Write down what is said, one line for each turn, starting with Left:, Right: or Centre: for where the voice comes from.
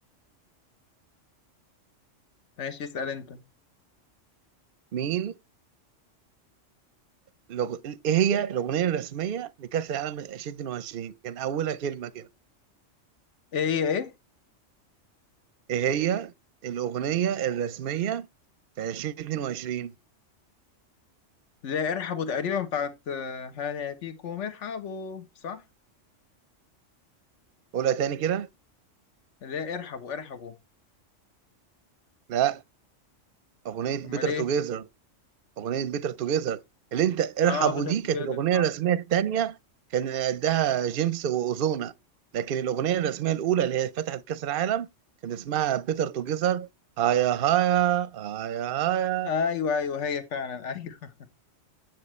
Left: ماشي اسال انت
Right: مين لغ... ايه هي الاغنيه الرسميه لكاس العالم 2022 كان اولها كلمه كده
Left: ايه ايه إيه؟
Right: ايه هي الاغنيه الرسميه في 2022
Left: اللي هي ارحبوا تقريبا بتاعت آه، هلا فيكم ارحبوا صح
Right: قولها تاني كده
Left: اللي هي ارحبوا ارحبوا
Right: لا اغنيه
Left: امال
Right: بيتر
Left: ايه
Right: توجيزر اغنيه بيتر توجيزر اللي انت ارحبوا
Left: اه بيتر
Right: دي
Left: توجيزر
Right: كانت الاغنيه
Left: صح
Right: الرسميه الثانيه كان قدها جيمس واوزونا لكن الاغنيه الرسميه الاولى اللي هي فتحت كاس العالم كان اسمها بيتر توجيزر هايا هايا هايا هايا
Left: ايوه ايوه هي فعلا ايوه